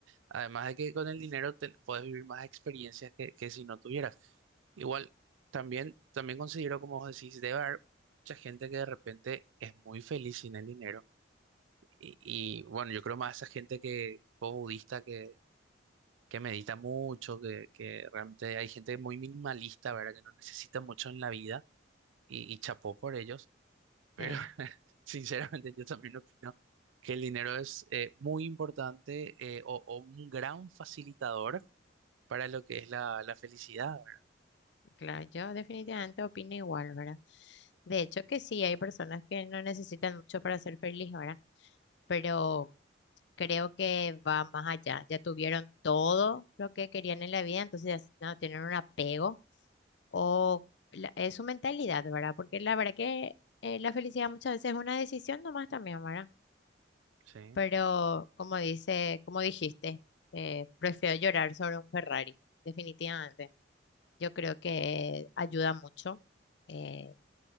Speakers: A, on the right (about 85°); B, on the left (about 65°).
A: Además de que con el dinero te- puedes vivir más experiencias que, que si no tuvieras. Igual, también, también considero, como vos decís, debe haber mucha gente que de repente es muy feliz sin el dinero. Y, y, bueno, yo creo más esa gente que, tipo budista, que, que medita mucho, que, que realmente hay gente muy minimalista, ¿verdad? Que no necesita mucho en la vida y, y chapó por ellos. Pero
B: sí.
A: <laughs> sinceramente yo también opino que el dinero es eh, muy importante eh, o o un gran facilitador para lo que es la, la felicidad, ¿verdad?
B: Claro, yo definitivamente opino igual, ¿verdad? De hecho que sí, hay personas que no necesitan mucho para ser feliz, ¿verdad? Pero creo que va más allá. Ya tuvieron todo lo que querían en la vida, entonces ya no tienen un apego o la- es su mentalidad, ¿verdad? Porque la verdad que eh, la felicidad muchas veces es una decisión nomás también, ¿verdad?
A: Sí,
B: Pero como dice, como dijiste, eh, prefiero llorar sobre un Ferrari, definitivamente. Yo creo que ayuda mucho, eh,